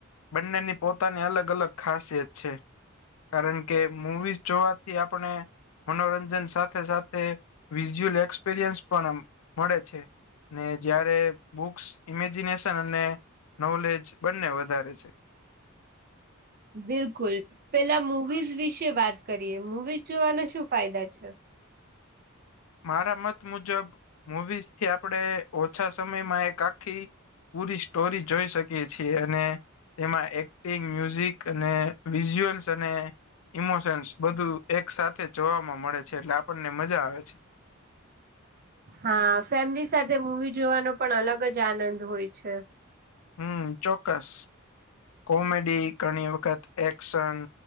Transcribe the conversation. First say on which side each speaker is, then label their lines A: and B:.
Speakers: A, on the left (about 80°); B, on the right (about 45°).
A: બંનેની પોતાની અલગ અલગ ખાસિયત છે. કારણ કે મવીઝ જોવાથી આપણે મનોરંજન સાથે સાથે વિઝ્યુઅલ એક્સપિરિયન્સ પણ મળે છે. ને જયારે બુક્સ ઇમેજિનેશન અને નોલેજ બંને વધારે છે.
B: બિલકુલ. પહેલા મવીઝ વિશે વાત કરીએ. મવીઝ જોવાના શું ફાયદા છે?
A: મારા મત મુજબ મુવીઝથી, આપણે ઓછા સમયમાં એક આખી પૂરી સ્ટોરી જોઈ શકીએ છીએ અને તેમાં એક્ટિંગ મ્યુઝિક અને વિઝુઅલ્સ અને ઇમોશન્સ બધું એક સાથેથે જોવાવામાં મળે છે. એટલે આપણને મજા આવે છે.
B: હા, ફેમિલી સાથે મૂવી જોવાનો પણ અલગ જ આનંદ હોય છે.
A: હમ. ચોક્કસ. કોમેડી, ઘણી વખત એક્શન